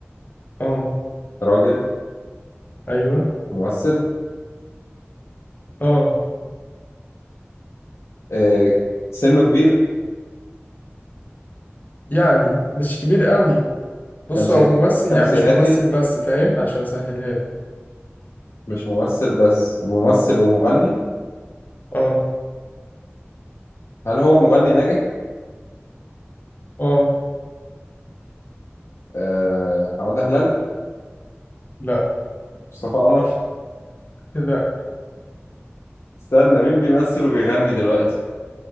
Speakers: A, on the left; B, on the left.
A: اه
B: راجل
A: أيوه
B: ممثل
A: اه
B: آه سنه كبير
A: يعني مش كبير قوي بص
B: خمسين
A: هو ممثل
B: خمسيناتي
A: يعني مش ممثل بس فاهم عشان أسهلها لك
B: مش ممثل بس ممثل ومغني
A: اه
B: هل هو مغني ناجح
A: اه
B: آه، حمادة هلال
A: لا
B: مصطفى قمر
A: لا
B: استنى مين بيمثل وبيغني دلوقتي